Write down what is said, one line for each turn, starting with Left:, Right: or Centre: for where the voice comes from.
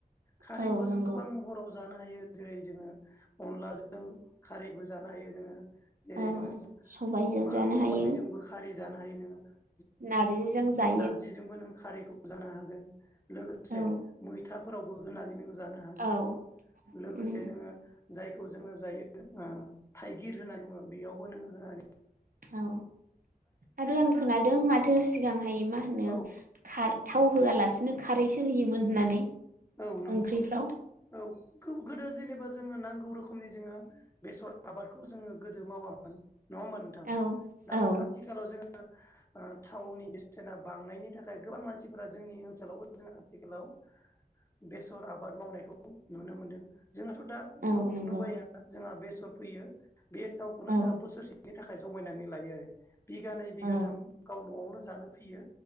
Left: खारिैखौ
Right: औ नंगौ
Left: जों गोबां महराव ज जानो हायो जेरै जोङो अनलाजों खारैबो जानो हायो नोङो जेरै
Right: औ
Left: नोङ
Right: सबायजों
Left: मा
Right: जानो
Left: सबायजों
Right: हायो
Left: बो खारि जानो हायो नोङो ।
Right: नारजिजों जा
Left: नारजिजोंबो नों खारैखौ जानो हागोन लोगोसे
Right: औ
Left: मैथाफोरावबो होनानै नों जानो हागोन
Right: औ
Left: लोगोसे
Right: उम
Left: नोङो जायखौ जोङो जायो उम थाइगिर होनना बुङो बेयावबो नोङो हो
Right: औ आरो आं
Left: जोङो
Right: खोनादों माथो सिगां हाय मा होनो
Left: औ
Right: खार थाव होआलासे नों खारैसो होयोमोन होननानै
Left: औ नंगौ
Right: ओंख्रिफ्राव
Left: औ । <unintelligible> गोदो जेनेबा जोङो नांगौ रोखोम नि जोङो बेसर आबादखौ जोङो गोदो मावामोन नङा होमबा नोंथां
Right: औ
Left: दासो
Right: औ
Left: आथिखालाव जोङो ओ थावनि बेसेना बांनायनि थाखाय गोबां मानसिफोरा जोंनि ओनसोलाव जों आथिखालाव बेसर आबाद मावनायखौ नुनो मोनदों । जोंहाथ' दा
Right: औ
Left: थावखौनो
Right: नंगौ
Left: बाया जोंहा बेसर फोयो बे थावखौनो
Right: औ
Left: जोंहा बोसोरसेनि थाखाय जमायनानै लायो आरो बिघानैै बिघाथाम
Right: औ
Left: गाव नआवनो जानो फोयो